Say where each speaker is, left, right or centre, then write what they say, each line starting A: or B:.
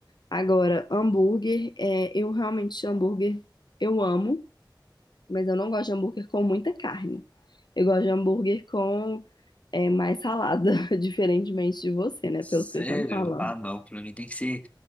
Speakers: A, on the left; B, on the left.
A: Agora, hambúrguer, é, eu realmente hambúrguer eu amo, mas eu não gosto de hambúrguer com muita carne. Eu gosto de hambúrguer com é, mais salada, <laughs> diferentemente de você, né?
B: Sério?
A: Pelo que você tá me falando.
B: Ah, não. Pra mim tem que ser